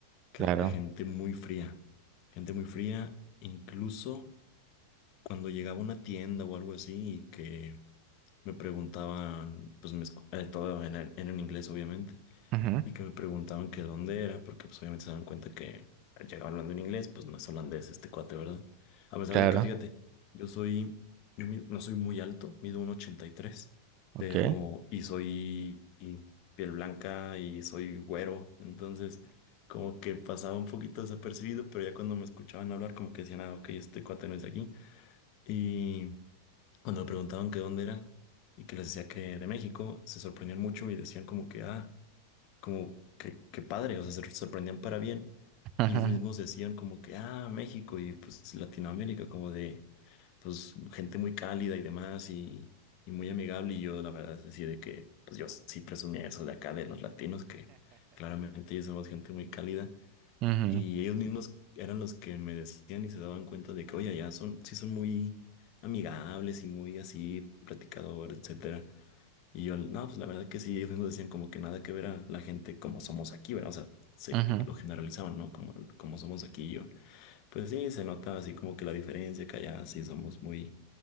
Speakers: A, on the left; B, on the right.
A: que
B: claro,
A: la gente muy fría, gente muy fría, incluso cuando llegaba a una tienda o algo así y que me preguntaban, pues me, escu- eh, todo en, en inglés obviamente,
B: ujú,
A: y que me preguntaban que dónde era, porque pues obviamente se dan cuenta que llegaba hablando en inglés, pues no es holandés este cuate, ¿verdad? A pesar
B: claro,
A: de que, fíjate, yo soy, yo mi- no soy muy alto, mido un 83,
B: ok.
A: pero, y soy y piel blanca y soy güero, entonces como que pasaba un poquito desapercibido, pero ya cuando me escuchaban hablar como que decían, ah, ok, este cuate no es de aquí. Y cuando me preguntaban que dónde era y que les decía que de México, se sorprendían mucho y decían como que, ah, como que, qué padre, o sea, se sorprendían para bien.
B: <laughs>
A: Y ellos mismos decían como que, ah, México y pues Latinoamérica, como de, pues gente muy cálida y demás y, y muy amigable. Y yo, la verdad, es decir, de que, pues yo sí presumía eso de acá, de los latinos, que claramente ellos somos gente muy cálida.
B: Ujú,
A: Y ellos mismos eran los que me decían y se daban cuenta de que, oye, ya son, sí son muy amigables y muy así, platicadores, etcétera. Y yo, no, pues la verdad que sí, ellos mismos decían como que nada que ver a la gente como somos aquí, ¿verdad? O sea, se
B: ujú.
A: lo generalizaban, ¿no? Como, como somos aquí y yo. Pues sí, se nota así como que la diferencia, que allá sí somos muy,